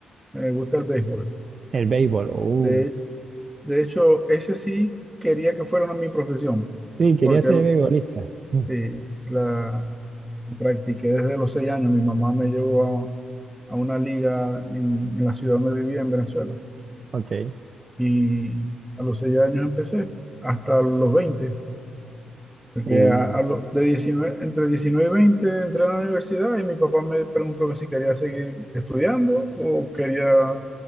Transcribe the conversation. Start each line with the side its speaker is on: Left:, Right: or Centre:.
Centre: me gusta el béisbol.
Right: El béisbol, uh,
Centre: De, de hecho, ese sí quería que fuera una mi profesión,
Right: sí, quería
Centre: porque
Right: ser
Centre: el-
Right: beisbolista. Mm,
Centre: sí, la practiqué desde los seis años. Mi mamá me llevó a, a una liga en, en la ciudad donde vivía, en Venezuela
Right: Ok,
Centre: Y a los 6 años empecé, hasta los veinte porque
Right: uh,
Centre: a, a lo- de 19 entre 19 y 20 entré a la universidad y mi papá me preguntó que si quería seguir estudiando o quería